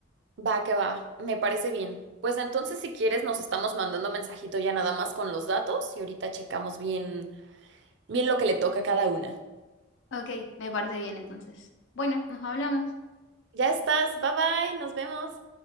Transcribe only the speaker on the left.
Ok, me parece bien entonces. Bueno, nos hablamos.